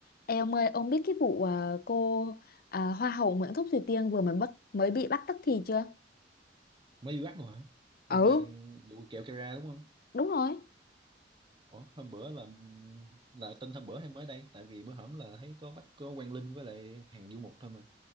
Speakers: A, on the left; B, on the right.
A: Ê ông ơi, ông biết cái vụ ờ, cô ờ, Hoa hậu Nguyễn Thúc Thùy Tiên vừa mới bắt mới bị bắt tức thì chưa?
B: Mới đi bắt luôn hả? Liên
A: ừ
B: quan vụ kẹo Kera đúng không?
A: Đúng rồi.
B: Ủa, hôm bữa là là tin hôm bữa hay mới đây? Tại vì bữa hổm là thấy có bắt có Quang Linh với lại hàng Du Mục thôi mà.